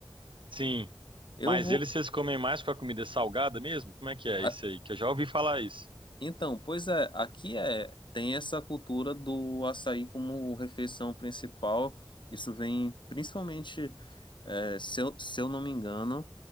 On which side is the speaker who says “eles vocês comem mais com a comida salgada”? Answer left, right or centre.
Right